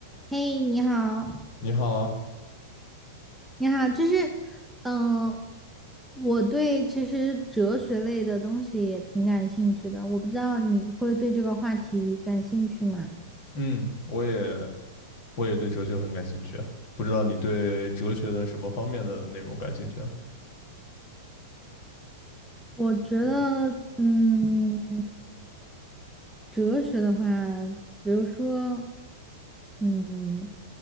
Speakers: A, in the centre; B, on the left.
A: 嘿，你好，
B: 你好啊，
A: 你好，就是，嗯、我对其实哲学类的东西也挺感兴趣的，我不知道你会对这个话题感兴趣吗？
B: 嗯，我也我也对哲学很感兴趣啊，不知道你对哲学的什么方面的内容感兴趣啊？
A: 我觉得，嗯，哲学的话，比如说，嗯，